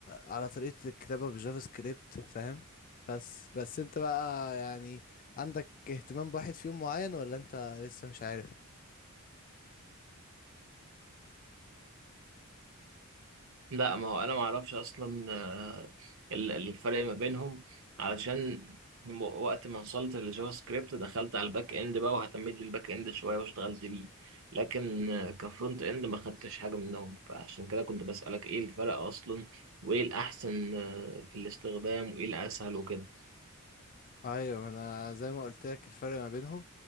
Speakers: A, on the left; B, on the right.
A: على طريقة الكتابة بالجافا سكريبت فاهم بس بس انت بقى يعني عندك اهتمام بواحد فيهم معين ولا انت لسه مش عارف
B: لا ما هو انا ما اعرفش اصلا آه، ال- الفرق ما بينهم علشان م- وقت ما وصلت للجافا سكريبت دخلت على الباك اند بقى واهتميت بالباك اند شويه واشتغلت بيه لكن آه، كفرونت اند ما خدتش حاجه منهم فعشان كده كنت بسألك ايه الفرق اصلا وايه الاحسن آه، في الاستخدام وايه الاسهل وكده
A: ايوه ما انا زي ما قلت لك الفرق ما بينهم